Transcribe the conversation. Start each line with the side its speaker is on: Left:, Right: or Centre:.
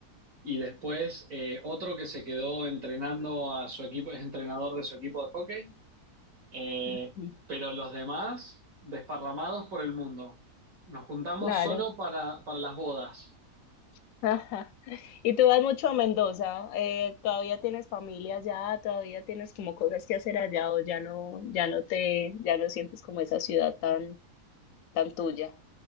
Right: y después eh, otro que se quedó entrenando a su equipo, es entrenador de su equipo de hockey, eh,
Left: Ujú,
Right: pero los demás desparramados por el mundo. Nos juntamos
Left: Claro.
Right: solo para, para las bodas.
Left: <laughs> Ajá. Y tú vas mucho a Mendoza. eh, ¿todavía tienes familia allá? ¿Todavía tienes como cosas que hacer allá o ya no, ya no te, ya no sientes como esa ciudad tan, tan tuya?